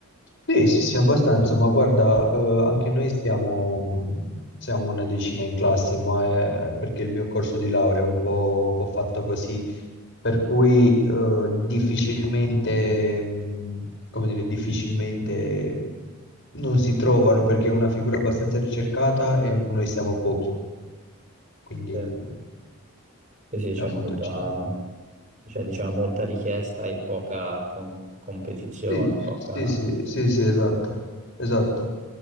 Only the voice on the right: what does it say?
Sì, Sì, sì, c'è
molta,
c'è, diciamo, molta richiesta e poca con- competizione,
poca...